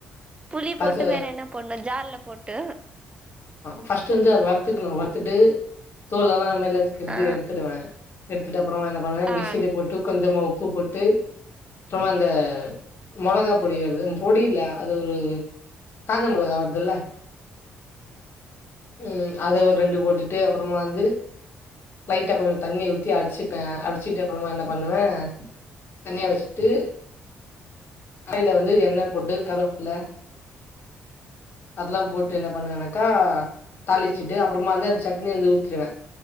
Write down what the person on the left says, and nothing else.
பச்ச
ஃபஸ்ட்டு வந்து அத வருத்துக்கணு வருத்துட்டு தோலெல்லா நர் நற்க்கிற்து
எடுத்துடுவே இத்தப்றோ என்ன பண்ணுவே மி்க்சில
போட்டு கொஞ்சமா உப்பு போட்டு அப்றமா அந்த மொளகா பொடி வருது உம் பொடில்ல அது ஒரு காஞ்ச மொளகா வருதுல்ல உம் அத ஒரு ரெண்டு போட்டுட்டு அப்றமா வந்து லைட்டா கொஞ்ச தண்ணி ஊத்தி அடிச்சுப்பே அடிச்சிட்டு அப்றமா என்ன பண்ணுவே தனியா வச்சுட்டு அதுல வந்து எண்ண போட்டு கருவப்பில அதுலா போட்டு என்ன பண்ணுவேனாக்கா தாளிச்சுட்டு அப்றமா வந்து அந்த சட்னிய வந்து ஊத்திடுவே